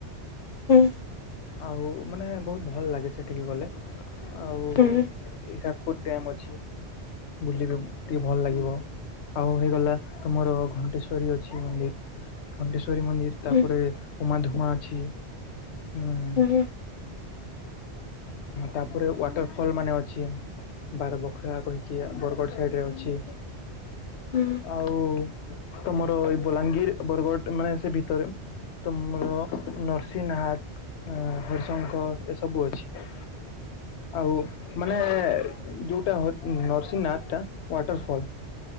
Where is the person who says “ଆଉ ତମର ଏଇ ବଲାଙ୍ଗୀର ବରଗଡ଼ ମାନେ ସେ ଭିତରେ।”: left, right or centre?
Left